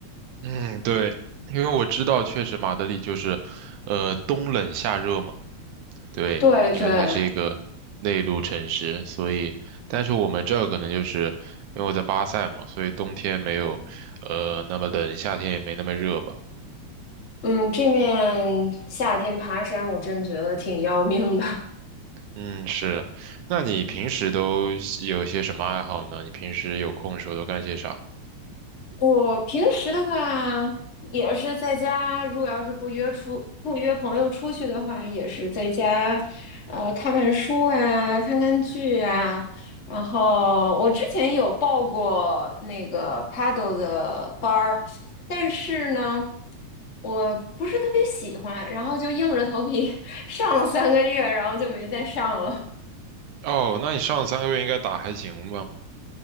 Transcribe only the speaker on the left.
对对，
嗯，这面夏天爬山，我真觉得挺要命的。
我平时的话，也是在家，如果要是不约出不约朋友出去的话，也是在家，呃，看看书啊，看看剧啊。然后我之前有报过那个 paddle 的班儿，但是呢，我不是特别喜欢，然后就硬着头皮 <laughs> 上了三个月，然后就没再上了。